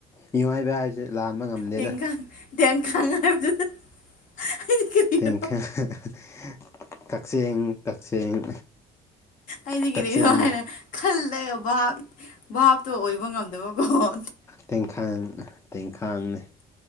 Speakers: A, on the left; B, on the left.
A: ꯃꯤꯑꯣꯏꯕ ꯍꯥꯏꯁꯦ ꯂꯥꯟꯕ ꯉꯝꯗꯦꯅꯥ
B: ꯇꯦꯡꯈꯪ <unintelligible> ꯀꯔꯤꯔꯣ
A: ꯇꯦꯡꯈꯪ ꯍ ꯍ ꯀꯛꯆꯦꯡ ꯀꯛꯆꯦꯡ
B: ꯑꯩꯗꯤ
A: ꯀꯛꯆꯦꯡꯅ
B: ꯀꯔꯤꯅꯣ ꯍꯥꯏꯅ ꯈꯜ ꯂꯩꯔ ꯚꯥꯞ ꯚꯥꯞꯇꯣ ꯑꯣꯏꯕ ꯉꯝꯗꯕꯀꯣꯍ
A: ꯇꯦꯡꯈꯪ ꯇꯦꯡꯈꯥꯡꯅꯦ